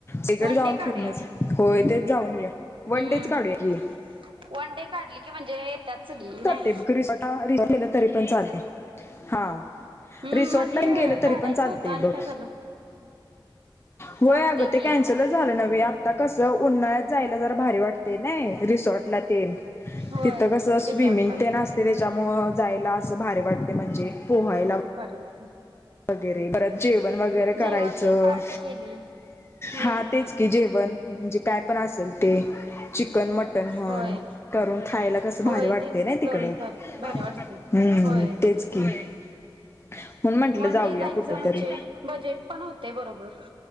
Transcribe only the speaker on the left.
तिकडे
जाऊन
फिरून यायचं होय तेच जाऊन येऊया वन
डेच काढूया की
<inaudible>
रिसॉर्टला रिसॉर्टला गेलं तरी पण चालतंय हा
रिसॉर्टला
आणि गेलं तरी
पण चालतंय
बघ
होय
अगं ते
कॅन्सलच झालं नव्हे आ आता कसं उन्हाळ्यात जायला जरा भारी वाटतंय नाय रिसॉर्टला तेन
तिथं कसं
स्विमिंग तेन
असतयं त्यांच्यामुळ जायला असं भारी वाटतंय म्हणजे पोहायला
वगैरे परत जेवण वगैरे
करायचं
हा तेच की जेवण म्हणजे काय पण असेल ते चिकन मटन म्हण
करून खायला कस
भारी वाटते
ना तिकड
हम्म
तेच की
<inaudible>
कुठ
तरी